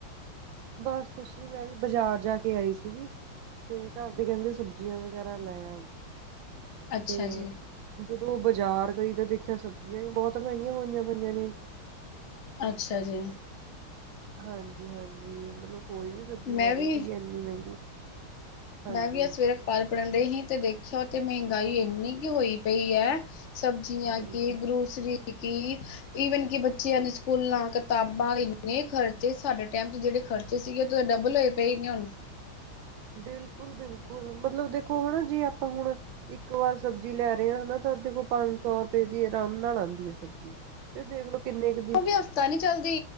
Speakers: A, on the right; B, on the left.
A: ਬਸ ਕੁੱਛ ਨੀ ਮੈਂ ਵੀ ਬਜ਼ਾਰ ਜਾ ਕੇ ਆਈ ਸੀਗੀ। ਤੇ ਘਰ ਦੇ ਕਹਿੰਦੇ ਸਬਜ਼ੀਆਂ ਵਗੈਰਾ ਲੈ ਆ
B: ਅੱਛਾ
A: ਤੇ
B: ਜੀ
A: ਜਦੋਂ ਬਾਜ਼ਾਰ ਗਈ ਤਾਂ ਦੇਖਿਆ ਸਬਜ਼ੀਆਂ ਈ ਬਹੁਤ ਮਹਿੰਗੀਆਂ ਹੋਈਆਂ ਪਈਆਂ ਨੇ।
B: ਅੱਛਾ ਜੀ।
A: ਹਾਂਜੀ ਹਾਂਜੀ, ਮਤਲਬ ਕੋਈ ਵੀ ਸਬਜ਼ੀ ਲੈ
B: ਮੈਂ
A: ਰਹੀ
B: ਵੀ
A: ਸੀਗੀ ਇੰਨੀ ਮਹਿੰਗੀ ਹਾਂਜੀ
B: ਮੈਂ ਵੀ ਆ ਸਵੇਰੇ ਅਖ਼ਬਾਰ ਪੜ੍ਹਨ ਡਈ ਹੀ ਤੇ ਦੇਖਿਆ ਤੇ ਮਹਿੰਗਾਈ ਇੰਨੀ ਕੁ ਹੋਈ ਪਈ ਐ ਸਬਜ਼ੀਆਂ
A: ਬਿਲਕੁਲ
B: ਕੀ ਗਰੋਸਰੀ ਕੀ ਈਵਨ ਕਿ ਬੱਚਿਆਂ ਦੇ ਸਕੂਲਾਂ ਕਿਤਾਬਾਂ ਇੰਨੇ ਖਰਚੇ ਸਾਡੇ ਟਾਈਮ ਚ ਜਿਹੜੇ ਖਰਚੇ ਸੀਗੇ ਤੇ ਡਬਲ ਹੋਏ ਪਏ ਨੇ ਹੁਣ
A: ਬਿਲਕੁਲ ਬਿਲਕੁਲ ਮਤਲਬ ਦੇਖੋ ਹਨਾ ਜੇ ਆਪਾਂ ਹੁਣ ਇੱਕ ਵਾਰ ਸਬਜ਼ੀ ਲੈ ਰਹੇ ਆ ਹਨਾ ਤਾਂ ਦੇਖੋ ਕੋਲ ਪੰਜ ਸੌ ਰੁਪਏ ਦੀ ਆਰਾਮ ਨਾਲ ਆਂਦੀ ਐ ਸਬਜ਼ੀ ਫੇਰ ਦੇਖਲੋ ਕਿੰਨੇ ਕ
B: ਉਹ ਵੀ ਹਫ਼ਤਾ ਨੀ ਚੱਲਦੀ